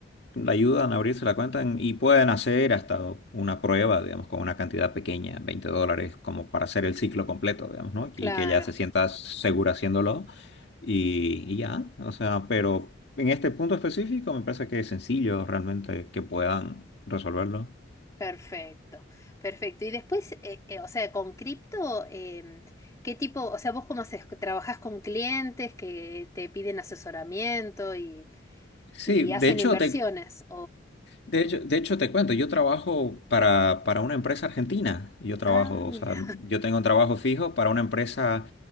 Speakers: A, on the left; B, on the left.
A: le ayudan a abrirse la cuenta en- y pueden hacer hasta una prueba, digamos, con una cantidad pequeña, 20 dólares, como para hacer el ciclo completo, digamos, ¿no?
B: claro,
A: Y que ya se sienta segura haciéndolo y, y ya, o sea, pero en este punto específico me parece que es sencillo realmente que puedan resolverlo.
B: perfecto, perfecto. Y después, eh, eh, o sea, con cripto, em, ¿qué tipo, o sea, vos cómo haces? ¿Trabajás con clientes que te piden asesoramiento y,
A: Sí,
B: y
A: de
B: hacen
A: hecho,
B: inversiones?
A: te, De hecho, de hecho, te cuento, yo trabajo para, para una empresa argentina. Yo trabajo,
B: Ah, mira.
A: o sea, yo tengo un trabajo fijo para una empresa